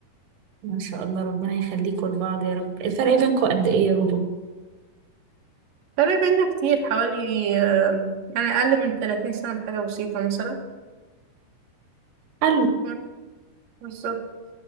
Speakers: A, on the right; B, on the right.
A: ما شاء الله ربنا يخليكوا لبعض يا رب الفرق بينكوا قد ايه يا رورو؟
B: فرق بينا كتير حوالي آه، يعني أقل من 30 سنة بحاجة بسيطة مثلا
A: حلو
B: مم، بالظبط